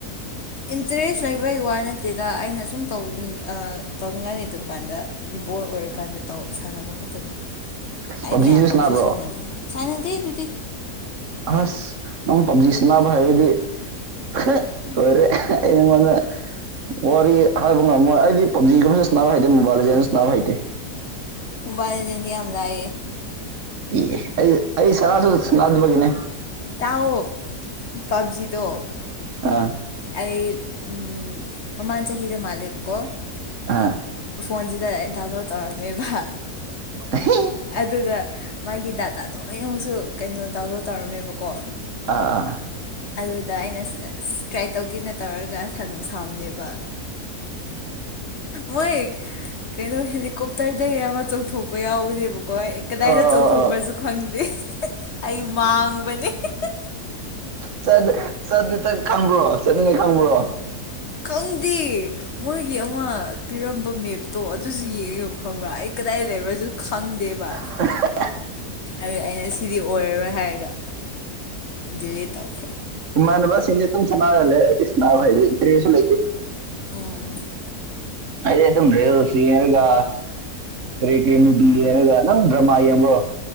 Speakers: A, on the left; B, on the right.
A: ꯏꯟꯇꯔꯦꯁ ꯂꯩꯕꯩ ꯋꯥ ꯅꯠꯇꯦꯗ ꯑꯩꯅ ꯁꯨꯝ ꯇꯧꯅꯤꯡ ꯇꯧꯅꯤꯡꯉꯥꯢ ꯂꯩꯇꯕꯀꯥꯟꯗ ꯕꯣꯔ ꯑꯣꯏꯔꯀꯥꯟꯗ ꯇꯧ ꯁꯥꯟꯅꯕ ꯈꯛꯇꯅꯤ
B: ꯑꯁ
A: ꯑꯩꯗꯤ
B: ꯄꯞꯖꯤꯁꯨ
A: ꯌꯥꯝ
B: ꯁꯥꯟꯅꯕ꯭ꯔꯣ
A: ꯄꯛꯁꯨ ꯁꯥꯟꯅꯗꯦ ꯁꯥꯟꯅꯗꯤ ꯑꯗꯨꯗꯤ
B: ꯑꯁ ꯅꯪ ꯄꯞꯖꯤ ꯁꯅꯕ ꯍꯩꯔꯗꯤ <unintelligible> ꯑꯣꯏꯔꯦ ꯑꯩ ꯅꯉꯣꯟꯗ ꯋꯥꯔꯤ ꯍꯥꯏꯕ ꯉꯝꯃꯣꯏ ꯑꯩꯗꯤ ꯄꯞꯖꯤꯒꯨꯝ ꯁꯥꯟꯅꯕ ꯍꯩꯇꯦ ꯃꯣꯕꯥꯏ ꯂꯤꯖꯦꯟꯒꯨꯝ ꯁꯥꯅꯕ ꯍꯩꯇꯦ
A: ꯃꯣꯕꯥꯏꯜꯂꯤꯖꯦꯟꯗꯤ ꯌꯥꯝ ꯂꯥꯌꯦ
B: ꯑꯦ ꯑꯩ ꯑꯩ ꯁꯔꯁꯨ ꯁꯅꯔꯔꯣꯏꯅꯦ
A: ꯇꯥꯎ ꯄꯕꯖꯤꯗꯣ
B: ꯑꯥ
A: ꯑꯩ ꯎꯝ ꯃꯃꯥꯡ ꯆꯍꯤꯗ ꯃꯥꯜꯂꯦꯕꯀꯣ
B: ꯑꯥ
A: ꯐꯣꯟꯁꯤꯗ ꯗꯥꯎꯟꯂꯣꯗ ꯇꯧꯔꯝꯃꯦꯕ
B: <unintelligible>
A: ꯑꯗꯨꯒ ꯃꯥꯒꯤ ꯗꯥꯇꯥ ꯂꯣꯏꯅꯃꯛꯁꯨ ꯀꯩꯅꯣ ꯗꯥꯎꯟꯂꯣꯠ ꯇꯧꯔꯝꯃꯦꯕꯀꯣ
B: ꯑꯥ ꯑꯥ
A: ꯑꯗꯨꯗ ꯑꯩꯅ ꯇ꯭ꯔꯥꯏ ꯇꯧꯒꯦꯅ ꯇꯧꯔꯒ ꯁꯥꯟꯅꯕ ꯁꯥꯕꯅꯦꯕ ꯃꯣꯏ ꯀꯩꯅꯣ ꯍꯦꯗꯤ ꯀꯣꯞꯇꯔ ꯀꯩ ꯑꯃ ꯆꯣꯡꯊꯣꯛꯄ ꯌꯥꯎꯕꯅꯦꯕꯀꯣ ꯀꯗꯥꯏꯗ
B: ꯑꯥ
A: ꯆꯣꯡꯊꯣꯛꯄ꯭ꯔꯁꯨ
B: ꯑꯥ
A: ꯈꯪꯗꯦ ꯑꯩ ꯃꯥꯡꯕꯅꯤ <unintelligible>
B: ꯆꯠ ꯆꯠ ꯈꯪꯕ꯭ꯔꯣ ꯆꯠꯅꯤꯉꯥꯢ ꯈꯪꯕ꯭ꯔꯣ
A: ꯈꯪꯗꯤ ꯃꯣꯏꯒꯤ ꯑꯃ ꯄꯤꯔꯝꯕ ꯃꯦꯞꯇꯣ ꯑꯗꯨꯁꯨ ꯌꯦꯡꯉꯦꯕ ꯈꯪꯕ꯭ꯔꯥ ꯑꯩ ꯀꯗꯥꯏ ꯂꯩꯕ꯭ꯔꯥꯁꯨ ꯈꯪꯗꯦꯕ
B: <unintelligible>
A: ꯑꯗꯨꯢ ꯑꯩꯅ ꯁꯤꯗꯤ ꯑꯣꯏꯔꯔꯣꯏ ꯍꯥꯏꯔꯒ ꯗꯤꯂꯤꯠ ꯇꯧꯈ꯭ꯔꯦ
B: ꯏꯃꯥꯅꯕꯁꯤꯡꯗꯤ ꯑꯗꯨꯝ ꯁꯥꯅꯔ ꯂꯩ ꯑꯩꯗꯤ ꯁꯥꯅꯕꯁꯨ ꯍꯩꯇꯦ ꯏꯟꯇ꯭ꯔꯦꯖꯁꯨ ꯂꯩꯇꯦ
A: ꯎꯝ ꯎꯝ
B: ꯑꯩꯗꯤ ꯑꯗꯨꯝ ꯔꯦꯜꯁ ꯌꯦꯡꯔꯒ ꯀꯔꯤ ꯀꯔꯤ ꯅꯨꯕꯤ ꯌꯦꯡꯔꯒ ꯅꯪ ꯗ꯭ꯔꯃꯥ ꯌꯦꯡꯕꯣ